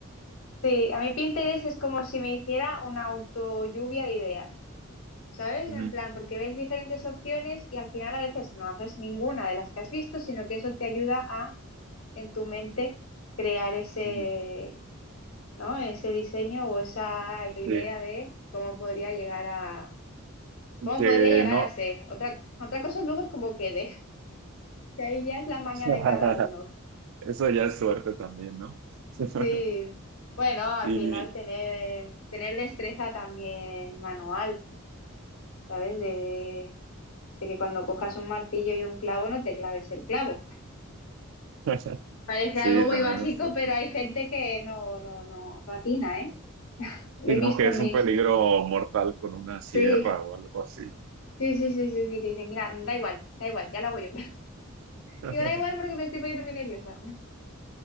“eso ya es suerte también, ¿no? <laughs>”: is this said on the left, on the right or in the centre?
Right